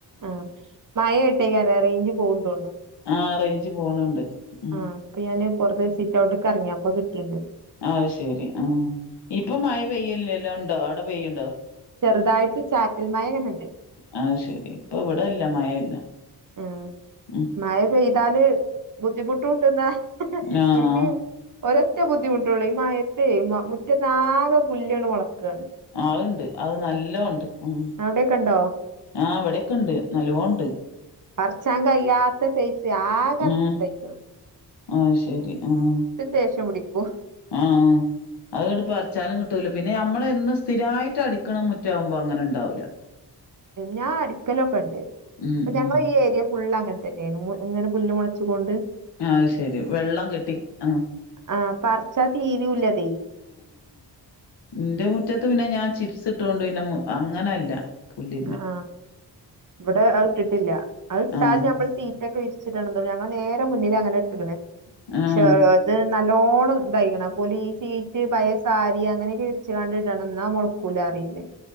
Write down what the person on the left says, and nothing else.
ആ റേഞ്ച് പോണുണ്ട് ഉ
അത് ശെരി ആ ഇപ്പൊ മഴ പെയ്യല്ല എല്ലാം ഉണ്ടോ അവിടെ പെയ്യുണ്ടോ
ആഹ ശെരി ഇപ്പ ഇവിടെല്ല മഴയില്ല
ഉം
ആഹ്
ആഹ് അത് ഇണ്ട് അത് നല്ലോണംഇണ്ട് ഉം
ആ ഇവിടോക്കെ ഉണ്ട് നല്ലോണം ഉണ്ട്
ആഹ്
ആഹ് ശരി ആഹ
ആഹ അത് അപ്പ പറിച്ചാലും കിട്ടൂല പിന്നെ നമ്മളെന്ന് സ്ഥിരമായിട്ട് അടിക്കണ മുറ്റാകുമ്പോ അങ്ങനെ ഉണ്ടാവില്ല
ഉം ഉം
അത് ശെരി വെള്ളം കെട്ടി ആ
എന്റെ മുറ്റത്ത് പിന്നെ ഞാൻ ചിപ്സ് ഇട്ടൊണ്ട് പിന്നെ അങ്ങനല്ല പുല്ലില്ല
ആഹ്
ആഹ്